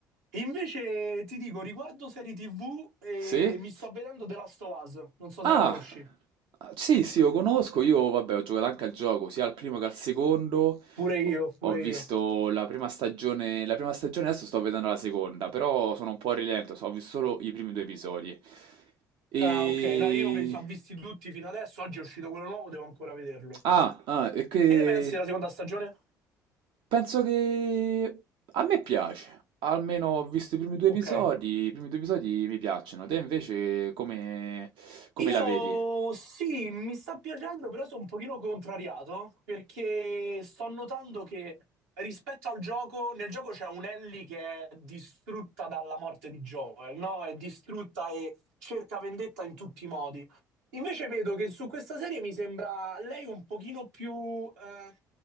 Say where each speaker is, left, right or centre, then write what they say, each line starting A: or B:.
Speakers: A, on the right; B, on the right.
A: Invece ti dico, riguardo serie TV, eh,
B: Sì?
A: mi sto vedendo The Last of Us, non so
B: Ah,
A: se la conosci.
B: sì, sì, lo conosco, io vabbè ho giocato anche al gioco, sia al primo che al secondo.
A: Pure io,
B: Ho
A: pure
B: ho visto
A: io.
B: la prima stagione, la prima stagione, adesso sto vedendo la seconda, però sono un po' a rilento, so- ho visto solo i primi due episodi. E...
A: Ah, ok, no, io me li sono visti tutti fino adesso, oggi è uscito quello nuovo, devo ancora vederlo.
B: Ah, ah, e che...
A: Che ne pensi della seconda stagione?
B: Penso che a me piace, almeno ho visto i primi 2
A: Ok.
B: episodi, i primi 2 episodi mi piacciono. Te invece come come
A: Io
B: la vedi?
A: sì, mi sta piacendo, però sono un pochino contrariato perché sto notando che rispetto al gioco, nel gioco c'è un Ellie che è distrutta dalla morte di Joel, no? È distrutta e cerca vendetta in tutti i modi. Invece vedo che su questa serie mi sembra lei un pochino più, eh,